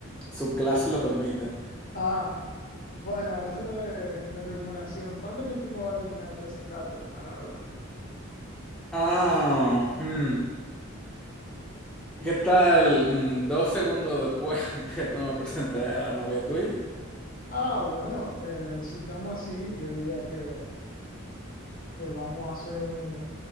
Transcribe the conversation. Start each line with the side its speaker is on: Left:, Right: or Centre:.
Centre: su clase lo permite.
Left: Ah, bueno, hablando de, de remuneración, ¿cuándo es que tú me vas a terminar de presentar a tu hermana, loco?
Centre: Ah, hmm. ¿Qué tal? mm, Dos segundos después <laughs> de que tú me presenté a la novia tuya.
Left: Ah, bueno, eh, si estamos así, yo diría que, que vamos a hacer un,